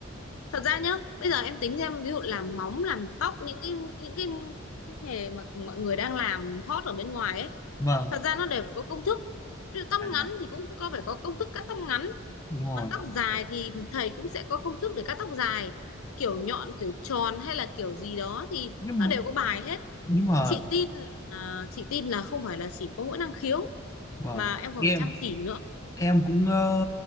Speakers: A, on the left; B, on the left.
A: thật ra nhá bây giờ em tính xem ví dụ làm móng làm tóc những cái những cái nghề mà mọi người đang làm hot ở bên ngoài ấy
B: vâng
A: thật ra nó đều phải có công thức ví dụ tóc
B: à,
A: ngắn thì cũng có phải có công thức cắt tóc ngắn
B: đúng rồi
A: Mà tóc dài thì thầy cũng sẽ có công thức để cắt tóc dài kiểu nhọn kiểu tròn hay là kiểu gì đó thì
B: nhưng
A: nó đều có bài hết
B: nhưng mà
A: chị tin là chị tin là không phải là chỉ có mỗi năng khiếu
B: vâng
A: mà em còn
B: nghe
A: phải chăm chỉ nữa
B: em cũng ờ,